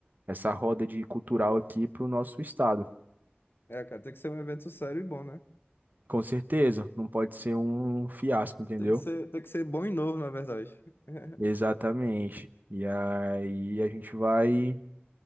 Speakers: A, on the right; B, on the left.
A: essa roda de cultural aqui para o nosso estado.
B: É, cara, tem que ser um evento sério e bom, né?
A: Com certeza, não pode ser um fiasco, entendeu?
B: Tem que ser, tem que ser bom e novo, na verdade. <laughs>
A: Exatamente. E aí a gente vai